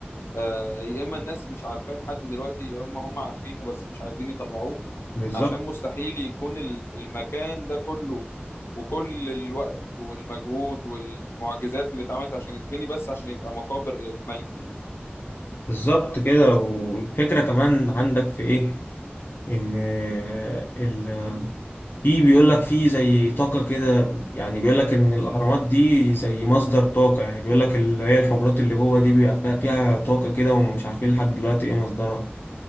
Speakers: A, on the left; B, on the left.
A: آه، يا اما الناس مش عارفاه لحد دلوقتي يا اما هم عارفينه بس مش عايزين يطلعوه
B: بالظبط
A: عشان مستحيل يكون ال- المكان ده كله وكل الوقت والمجهود والمعجزات اللي اتعملت عشان يتبني بس عشان يبقى مقابر للملك يعني
B: بالظبط كده والفكرة كمان عندك في ايه ان آه، ال في بيقول لك في زي طاقة كده يعني بيقول لك إن الأهرامات دي زي مصدر طاقة يعني بيقول لك اللي هي الحجرات اللي جوه دي بيبقى فيها فيها طاقة كده ومش عارفين لحد دلوقتي إيه مصدرها